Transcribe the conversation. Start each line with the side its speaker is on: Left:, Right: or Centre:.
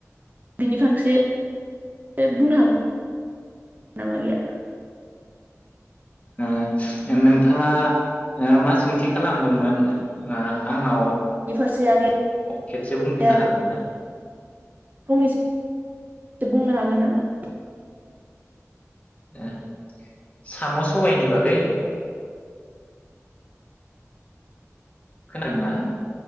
Right: बिनि फांसे बुंनो हागोन नामा आगैया?
Left: ओ नोंथाङा मा सोंथि खालामदोंमोन ओ आंनाव
Right: नि फारसे आगै
Left: खेबसे बुंफिननो
Right: आ
Left: हागोन
Right: फंनैसो
Left: ना
Right: बुंनो हागोन नामा।
Left: ओ साम' सबायनि बागै? खोनादों ना?